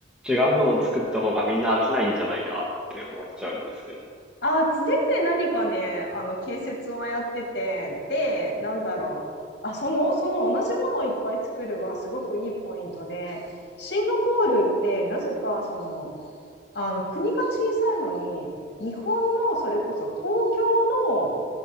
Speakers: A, in the centre; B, on the left.
A: 違うものを作った方がみんな飽きないんじゃないかって思っちゃうんですけど。
B: あー、常々何かね、あの建設をやってて、で、なんだろう。あ、その、その同じものをいっぱい作るはすごくいいポイントで、シンガポールってなぜかその、あの国が小さいのに、日本のそれこそ東京の